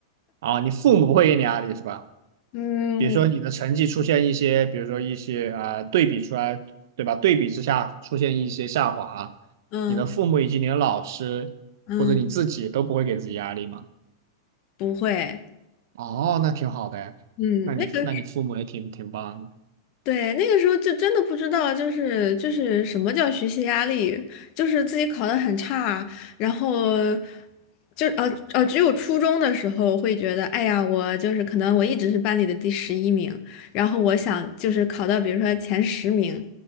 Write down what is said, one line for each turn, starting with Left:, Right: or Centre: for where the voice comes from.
Right: 啊，你父母不会给你压力是吧？
Left: <laughs> 嗯
Right: 比如说你的成绩出现一些，比如说一些啊对比出来，对吧？对比之下出现一些下滑，
Left: 嗯
Right: 你的父母以及你的老师或者你自己都不会给自己压力吗？
Left: 嗯，不会，
Right: 哦，那挺好的哎，
Left: 嗯，
Right: 那你那你父母也挺挺棒的。
Left: 那个。对，那个时候就真的不知道，就是就是什么叫学习压力，就是自己考得很差，然后就呃呃，只有初中的时候会觉得，哎呀，我就是可能我一直是班里的第十一名，然后我想就是考到比如说前十名，